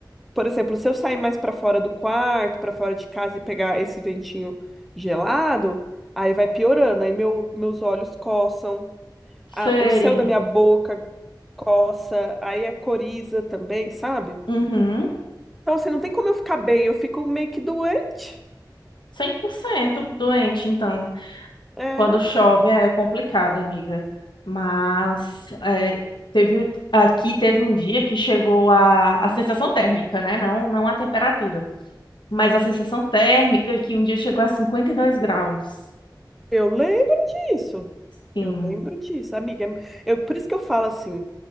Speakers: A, in the centre; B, on the left.
A: Por exemplo, se eu sair mais para fora do quarto, para fora de casa e pegar esse ventinho gelado, aí vai piorando, aí meu, meus olhos coçam, a-
B: sei.
A: o céu da minha boca coça, aí é coriza também, sabe?
B: Uhum,
A: Então, assim, não tem como eu ficar bem, eu fico meio que doente.
B: 100% doente, então,
A: É,
B: quando chove é complicado, amiga. Mas é, teve, um- aqui teve um dia que chegou a, a sensação térmica, né? Não, não a temperatura, mas a sensação térmica que um dia chegou a 52 graus.
A: eu lembro disso.
B: Sim.
A: Eu lembro disso, amiga. É- Eu, por isso que eu falo assim,